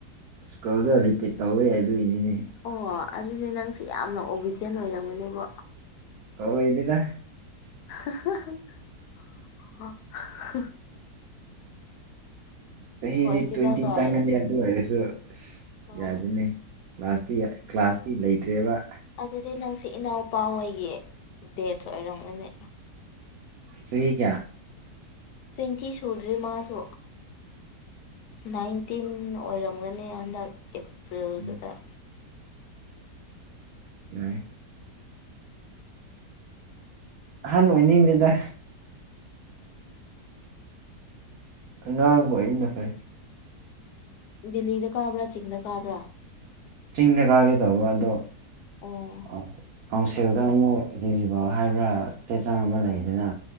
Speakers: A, on the right; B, on the left.
A: ꯁ꯭ꯀꯜꯗ ꯔꯤꯄꯤꯠ ꯇꯧꯋꯦ ꯑꯗꯨꯏꯅꯤꯅꯦ
B: ꯑꯣ ꯑꯗꯨꯗꯤ ꯅꯪꯁꯦ ꯌꯥꯝꯅ ꯑꯣꯕꯤꯗꯤꯌꯦꯟ ꯑꯣꯏꯔꯝꯒꯅꯦꯕꯨ
A: ꯑꯣꯏꯗꯦꯗ
B: <unintelligible>
A: ꯆꯍꯤꯗꯤ
B: ꯑꯣꯏꯗꯦꯗ
A: ꯇꯣꯏꯟꯇꯤ
B: ꯀꯥꯏꯅ
A: ꯆꯪꯉꯅꯤ ꯑꯗꯨ ꯑꯣꯏꯔꯁꯨ ꯑꯁ
B: ꯑꯣ
A: ꯌꯥꯗꯣꯏꯅꯦ ꯀ꯭ꯂꯥꯁꯇꯤ ꯀ꯭ꯂꯥꯁꯇꯤ ꯂꯩꯇ꯭ꯔꯦꯕ
B: ꯑꯗꯨꯗꯤ ꯅꯪꯁꯤ ꯏꯅꯥꯎꯄꯥ ꯍꯣꯏꯒꯤ ꯕꯦꯠꯁ ꯑꯣꯏꯔꯝꯒꯅꯤ
A: ꯆꯍꯤ ꯀꯌꯥ
B: ꯇꯣꯏꯟꯇꯤ ꯁꯨꯗ꯭ꯔꯤ ꯃꯥꯁꯨ ꯅꯥꯏꯟꯇꯤꯟ ꯑꯣꯏꯔꯝꯒꯅꯤ ꯍꯟꯗꯛ ꯑꯦꯄ꯭ꯔꯤꯜꯗꯨꯗ
A: ꯎꯝ ꯌꯥꯏꯌꯦ ꯑꯍꯟ ꯑꯣꯏꯅꯤꯡꯗꯦꯗ ꯑꯉꯥꯡꯒ ꯑꯣꯏꯕꯅ ꯐꯔꯦ
B: ꯕꯦꯂꯤꯗ ꯀꯥꯕ꯭ꯔꯥ ꯆꯤꯡꯗ ꯀꯥꯕ꯭ꯔꯥ
A: ꯆꯤꯡꯗ ꯀꯥꯒꯦ ꯇꯧꯕ ꯑꯗꯣ
B: ꯑꯣ
A: ꯑꯥ ꯀꯥꯎ ꯁꯤꯜꯗꯃꯨꯛ ꯏꯂꯤꯖꯤꯕꯜ ꯍꯥꯏꯕ꯭ꯔꯥ ꯆꯦ ꯆꯥꯡ ꯑꯃ ꯂꯩꯗꯅ